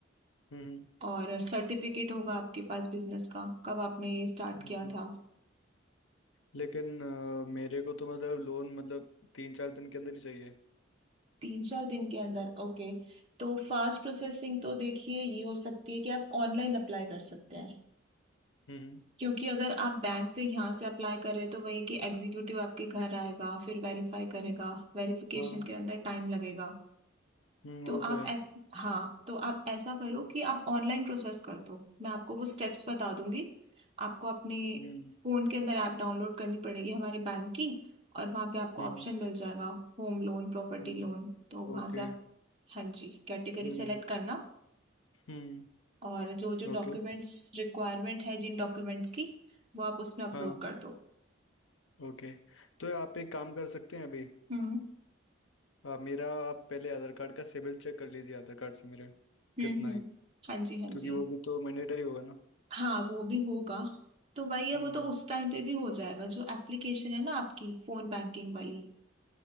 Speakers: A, on the left (about 75°); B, on the right (about 30°).
A: हम्म हम्म,
B: और सर्टिफिकेट होगा आपके पास बिजनेस का कब आपने स्टार्ट
A: ओके
B: किया था
A: लेकिन अ, मेरे को तो मतलब लोन मतलब तीन चार दिन के अंदर ही चाहिए
B: तीन चार दिन के अंदर ओके तो फास्ट प्रोसेसिंग तो देखिए ये हो सकती है कि आप ऑनलाइन अप्लाई कर सकते हैं
A: हम्म हम्म।
B: क्योंकि अगर आप बैंक से यहाँ से अप्लाई कर रहे हैं तो वही कि एग्जीक्यूटिव आपके घर आएगा फिर वेरीफाई करेगा वेरिफिकेशन
A: हाँ
B: के अंदर टाइम लगेगा
A: हम्म
B: तो
A: वो तो
B: आप
A: है
B: ऐस हाँ तो आप ऐसा करो कि आप ऑनलाइन प्रोसेस कर दो मैं आपको वो स्टेप्स बता दूंगी आपको अपने
A: हम्म
B: फोन के अंदर ऐप डाउनलोड करनी पड़ेगी हमारे बैंक की और वहाँ पे आपको
A: हम्म
B: ऑप्शन मिल जाएगा होम लोन प्रॉपर्टी
A: हम्म
B: लोन तो वहाँ
A: ओके
B: से आप हाँ जी कैटेगरी
A: हम्म
B: सेलेक्ट करना
A: हम्म
B: और जो जो डॉक्यूमेंट्स
A: ओके
B: रिक्वायरमेंट है जिन डॉक्यूमेंट्स की वो आप उसमें अपलोड
A: हाँ
B: कर दो
A: ओके तो आप एक काम कर सकते हैं अभी
B: हम्म
A: आ, मेरा आप पहले आधार कार्ड का सिबिल चेक कर लीजिए आधार कार्ड से मेरे
B: हम्म
A: कितना
B: हम्म
A: है
B: हाँ जी हाँ
A: क्योंकि
B: जी
A: वो भी तो मैंडेटरी होगा ना
B: हाँ वो भी होगा तो भैया
A: हम्म
B: वो तो उस टाइम पे भी हो जाएगा जो एप्लीकेशन है ना आपकी फोन बैंकिंग वाली